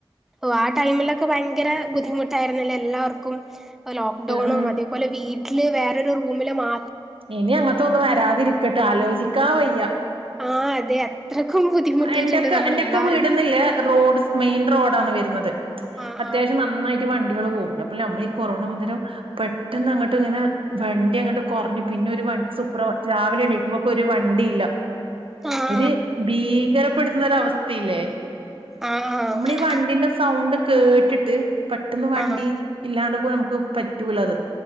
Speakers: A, in the centre; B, on the right.
A: ഒ ആ ടൈമില് ഭയങ്കര ബുദ്ധിമുട്ടായിരുന്നില്ലേ എല്ലാവർക്കും ലോക്ക്ഡൗണും
B: ഉം
A: അതേപോലെ വീ ട്ടില് വേറൊരു റൂമില് മാ
B: ഇനി അങ്ങത്തെ ഒന്നും വരാതിരിക്കട്ടെ ആലോചിക്കാ വയ്യ
A: ആഹ് അതെ അത്രക്കും ബുദ്ധിമുട്ടിയിട്ടുണ്ട്
B: എന്റെക്കെ
A: നമ്മളെല്ലാരും
B: എന്റെക്കെ വീടന്നില്ലേ റോഡ് മെയിൻ റോഡാണ് വരുന്നത്
A: ആഹ്
B: അത്യാവശ്യം
A: ആഹ്
B: നന്നായി- വണ്ടിക-ളെ പോവുലോ നമ്മളെ ഈ കൊറോണ വന്നേരം പെട്ടന്ന് അങ്ങോട്ട് ഇങ്ങനെ വണ്ടി അങ്ങോട്ട് കുറഞ്ഞു പിന്നെ ഒരു വ സൂപ്ര രാവിലെ എണീക്കുമ്പോക്ക ഒരു വണ്ടി ഇല്ല.
A: ആഹ്
B: ഒരു ഭീകരപ്പെടുത്തുന്ന ഒരവസ്ഥല്ലേ
A: ആഹ് ആഹ് ആഹ്
B: നമ്മളെ ഈ വണ്ടിന്റെ സൗണ്ട് കേട്ടിട്ട് പെട്ടെന്ന് വണ്ടി
A: ആഹ്
B: ഇല്ലാണ്ട് പോ നമു പറ്റുല്ലത്